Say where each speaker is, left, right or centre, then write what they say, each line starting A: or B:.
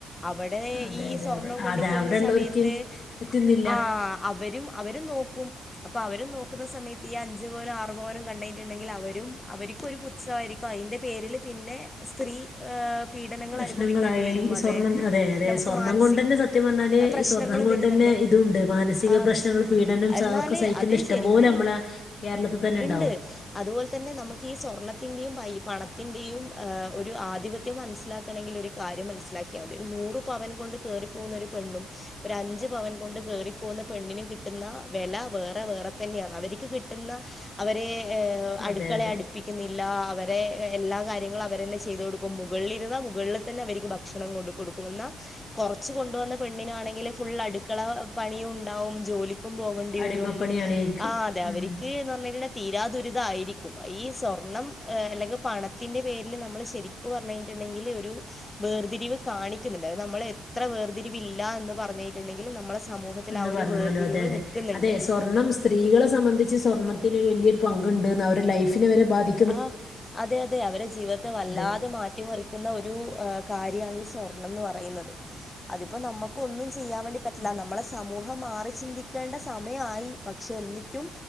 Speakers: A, on the left; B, on the left.
A: അവടെ
B: അതെ
A: ഈ
B: അതെ
A: സ്വർണം
B: അതെ
A: കൊണ്ട്
B: അതെ
A: പോകുന്ന
B: അവിടെള്ളവർക്ക്
A: സമയത്ത്.
B: പറ്റുന്നില്ല
A: ആഹ്. അവരും, അവരും നോക്കും. അപ്പൊ അവരും നോക്കുന്ന സമയത്ത് ഈ അഞ്ചുപവനും ആറുപവനും കണ്ടിട്ടുണ്ടെങ്കിൽ അവരും അവർക്കരു പു ത്സായിരിക്കും. അതിന്റെ പേരിൽ പിന്നെ സ്ത്രീ. ഏഹ് പീഡനങ്ങൾ
B: പ്രശ്നങ്ങളായി.
A: അനുഭവിക്കേണ്ടി വരും
B: ഈ സ്വർണം
A: അതെ
B: അതെതെ തെ.
A: നമുക്ക്
B: സ്വർണ്ണം
A: മാനസിക
B: കൊണ്ട് ന്നെ സത്യം പറഞ്ഞാല്
A: പ്രശ്നങ്ങളും
B: സ്വർണം കൊണ്ട്
A: വരുന്നുണ്ട്
B: ന്നെ ഇതു ണ്ട് മാനസിക
A: ആ
B: പ്രശ്നങ്ങൾ
A: പ്രശ്
B: പീഡനം
A: എന്നാല്
B: ഒക്കെ സഹിക്കുന്ന
A: അത്
B: ഇഷ്ടം
A: ശരിക്കും
B: പോലെ നമ്മളെ കേരളത്തിൽ തന്നെ
A: ഉണ്ട്.
B: ണ്ടാവും.
A: അതുപോലെ തന്നെ നമുക്ക് ഈ സ്വർണത്തിന്റെയും പണത്തിന്റെയും ഒരു ആധിപത്യം മനസ്സിലാക്ക ക്ക ണെങ്കിൽ ഒരു കാര്യം മനസ്സിലാക്കിയാതി. ഒരു നൂറ് പവൻ കൊണ്ട് കേറി പോകുന്ന ഒരു പെണ്ണും ഒരഞ്ചു പവൻ കൊണ്ട് കയറിപ്പോകുന്ന പെണ്ണിനും കിട്ടുന്ന വില വേറെ വേറെ തന്നെയാണ്. അവർക്ക് കിട്ടുന്ന. അവരെ അടുക്കളെ
B: അതെ അതെ
A: അടു. പ്പിക്കുന്നില്ല. അവരെ എല്ലാ കാര്യങ്ങളും അവര് തന്നെ ചെയ്തു കൊടുക്കും. മുകളിലിരുന്നാ മുകളിൽ തന്നെ അവർക്ക് ഭക്ഷണം കൊടുക്കും. കൊടുക്കും ല്ല. കുറച്ച് കൊണ്ടുവന്ന പെണ്ണിനാണെങ്കിൽ ഫുൾ അടുക്കള പണിയും ണ്ടാവും. ജോലി. ക്കും പോകണ്ടി വരും.
B: അടിമപ്പണിയാണേയിരിക്കും
A: ആഹ് അതെ അവര്ക്ക്
B: ഉം
A: എന്ന് പറഞ്ഞ. തീരാ ദുരിതയിരിക്കും. ഈ സ്വർണം അല്ലെങ്കി പണത്തിന്റെ പേരിൽ നമ്മൾ ശരി. ക്കു പറഞ്ഞിട്ടുണ്ടെങ്കി ഒരു വേർതിരിവ്. കാണിക്കുന്നുണ്ട്. അത് നമ്മൾ എത്ര വേർതിരിവില്ല എന്ന് പറഞ്ഞിട്ടുണ്ടെങ്കിലും നമ്മളെ സമൂഹത്തിൽ
B: എന്ന്
A: ആ ഒരു
B: പറഞ്ഞാലും
A: വേർതിരിവ്
B: അതെ അതെ
A: നിൽക്കുന്നുണ്ട്
B: അതെ സ്വർണം സ്ത്രീകളെ സംബന്ധിച്ച് സ്വർണത്തിന് വലിയൊരു പങ്കുണ്ട്ന്ന് അവരു ലൈഫിനെ വരെ ബാധി.
A: ആഹ് അതെ അതെ അവരെ ജീവിതത്തെ വല്ലാതെ
B: അതെ
A: മാറ്റിമറി ക്കുന്ന ഒരു കാര്യമാണ് ഈ സ്വർണം എന്ന് പറയുന്നത്. അതിപ്പോ നമുക്ക് ഒന്നും ചെയ്യാൻ വേണ്ടി. പറ്റില്ല
B: അതെ
A: നമ്മളെ സമൂഹം മാറി ചിന്തിക്കേണ്ട സമയായി പക്ഷെ ന്നിറ്റും.